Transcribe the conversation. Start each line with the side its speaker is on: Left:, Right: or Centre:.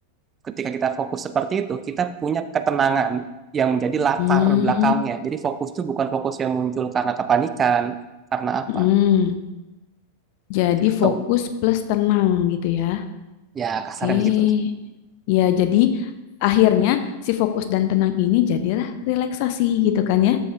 Right: ketika kita fokus seperti itu, kita punya ketenangan yang menjadi latar
Left: Hmm,
Right: belakangnya. Jadi fokus itu bukan fokus yang muncul karena kepanikan, karena apa?
Left: mm. Jadi
Right: Gitu.
Left: fokus plus tenang gitu ya.
Right: Ya kasarnya
Left: Oke.
Right: begitu.
Left: Ya, jadi akhirnya si fokus dan tenang ini jadilah relaksasi gitu kan ya.